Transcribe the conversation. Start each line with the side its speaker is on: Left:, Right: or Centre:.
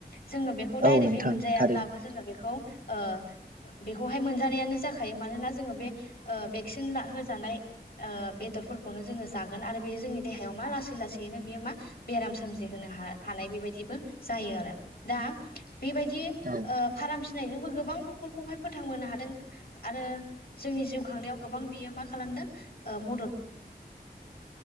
Left: जोंङो बेखौ डायरेकयै
Right: औ नोंथां
Left: मोनजायाब्लाबो
Right: थारैनो
Left: जोंङो बेखौ ओ बेखौहाय मोनजानायानो जाखायो मानोना जोङो बे ओ बे भेक्सिन होजानाय ओ बेदरफोरखौनो जोंङो जागोन आरो बे जोंनि देहायाव मा लासै-लासैनो बेयो मा बेराम सोमजिहोनो हा हानाय बेबायदिबो जायो आरो दा बेबायदि
Right: औ
Left: ओ फाराम फिसिनायजोंबो गोबां न'खर नखरखौहाय फोथांबोनो हादों आरो जोंनि जिउ खांनायाव गोबां बियो मा खालामदों ओ म